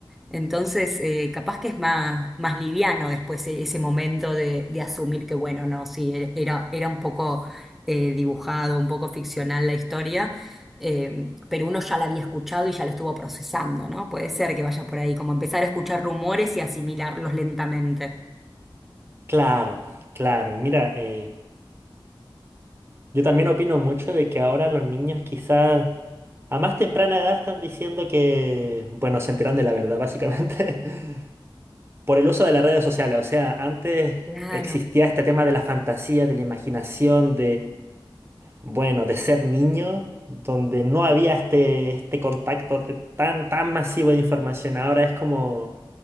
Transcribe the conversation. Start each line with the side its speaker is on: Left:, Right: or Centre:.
Centre: Entonces, eh, capaz que es más, más liviano después e- ese momento de, de asumir que, bueno, no, sí, e- era, era un poco eh, dibujado, un poco ficcional la historia, eh, pero uno ya la había escuchado y ya la estuvo procesando, ¿no? Puede ser que vaya por ahí, como empezar a escuchar rumores y asimilarlos lentamente.
Right: Claro, claro. Y mira, eh, yo también opino mucho de que ahora los niños quizás a más temprana edad están diciendo que, bueno, se enteran de la verdad básicamente <laughs> por el uso de las redes sociales. O sea, antes
Centre: Claro.
Right: existía este tema de la fantasía, de la imaginación, Bueno, de ser niño, donde no había este, este contacto te- tan, tan masivo de información, ahora es como,